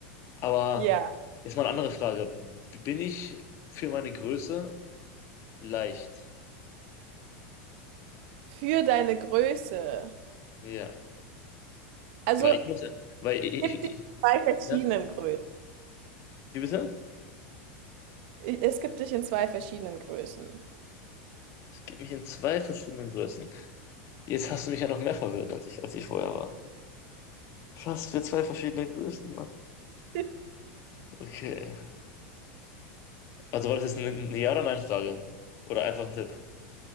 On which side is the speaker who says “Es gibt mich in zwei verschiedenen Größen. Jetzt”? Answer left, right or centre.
Left